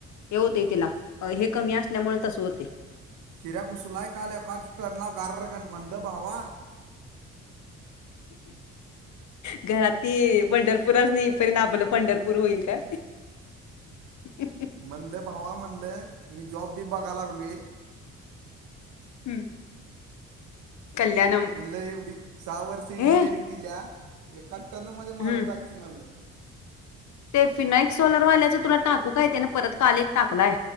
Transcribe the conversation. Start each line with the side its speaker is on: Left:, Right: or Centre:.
Left: हे होतय तिला. हे कमी असल्यामुळे तस होते.
Right: शिऱ्या घुसलाय काल एकाच टर्नला गार्रकन म्हणल भावा,
Left: घरातली पंढरपूरसाण येईस्तोवर आपलं पंढरपूर पंढरपुरं होईल काय. हम्म
Right: म्हणलं भावा म्हणलं मी जॉब बी बघाय लागलोय.
Left: हम् कल्याणम.
Right: म्हणलं एवढी सहा वर्ष इंजिनिअरिंग
Left: हे
Right: केल्या एकाच टर्न मध्ये
Left: हम्म
Right: मारून टाकतील म्हणलं.
Left: ते फिनायक्स सोलरवाल्याच तुला टाकू काय त्याने परत काल एक टाकलाय.